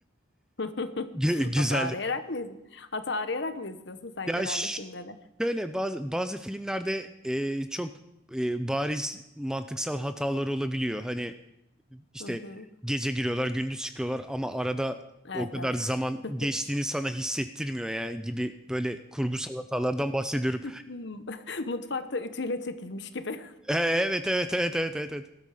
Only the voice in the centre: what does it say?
Gü- Güzeldi.
Ya
ş-
şöyle bazı, bazı filmlerde e, çok e, bariz mantıksal hataları olabiliyor. Hani işte
gece giriyorlar, gündüz çıkıyorlar ama arada
o kadar
zaman
geçtiğini sana hissettirmiyor ya gibi böyle kurgusal hatalardan bahsediyorum.
E, Evet evet evet evet evet.